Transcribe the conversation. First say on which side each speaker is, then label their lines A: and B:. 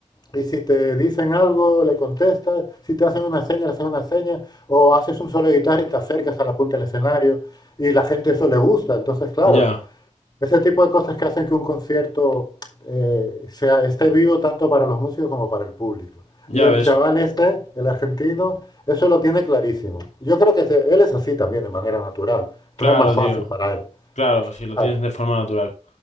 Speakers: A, on the left; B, on the left.
A: y si te dicen algo, le contestas, si te hacen una seña, le haces una seña, o haces un solo de guitarra y te acercas a la punta del escenario y la gente eso le gusta. Entonces, claro,
B: Ya,
A: ese tipo de cosas que hacen que un concierto eh, sea, esté vivo tanto para los músicos como para el público.
B: ya
A: Y el
B: ves.
A: chaval este, el argentino, eso lo tiene clarísimo. Yo creo que se- él es así también de manera natural. Entonces
B: Claro,
A: es más fácil
B: tío.
A: para él.
B: Claro, si lo
A: Claro,
B: tienes de forma natural.